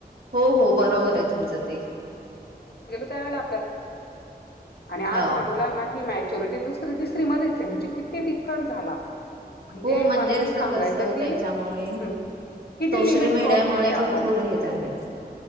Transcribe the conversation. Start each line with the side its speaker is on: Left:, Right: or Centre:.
Right: हो हो बरोबर आहे तुमचं ते
Left: ल्याला म आ
Right: हो.
Left: मुलां ह दुसरी तिसरी मध्येच आहे, म्हणजे किती डिफरन्स झाला. म्हणजे
Right: हो
Left: मला हे
Right: असं
Left: सांगायचं
Right: कसं
Left: की
Right: त्याच्यामुळे
Left: ह किती
Right: सोशल
Left: लिमिट
Right: मीडियामुळे
Left: क्रॉस केलंय
Right: भरपूर
Left: आपण
Right: हे झालंय.